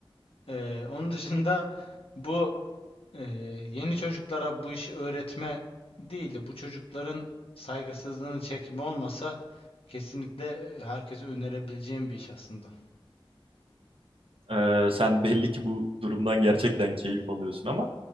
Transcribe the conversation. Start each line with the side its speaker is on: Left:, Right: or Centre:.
Left: Ee, onun dışında bu ee, yeni çocuklara bu işi öğretme değil de bu çocukların saygısızlığını çekme olmasa kesinlikle e, herkese önerebileceğim bir iş aslında.
Right: Ee, sen <laughs> belli ki bu durumdan gerçekten keyif alıyorsun ama